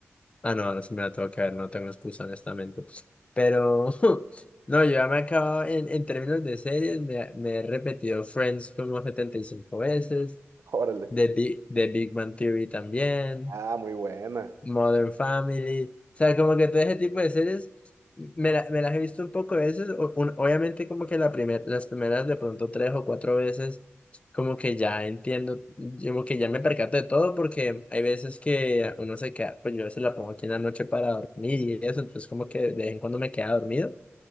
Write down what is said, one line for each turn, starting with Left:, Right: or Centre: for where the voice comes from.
Left: Ah, no, ahora sí me la tengo que ver, no tengo excusa, honestamente. Pero, <laughs> no, yo ya me he acabado, en, en términos de series, me, me he repetido Friends como 75 veces,
Right: órale.
Left: The Big, The Big Bang Theory también.
Right: Ah, muy buena.
Left: Modern Family. O sea, como que todo ese tipo de series me, la- me las he visto un poco de veces. o- un- obviamente como que la primer, las primeras de pronto tres o cuatro veces, como que ya entiendo, yo como que ya me percato de todo porque hay veces que uno se queda, pues yo a veces la pongo aquí en la noche para dormir y eso, entonces como que de vez en cuando me queda dormido.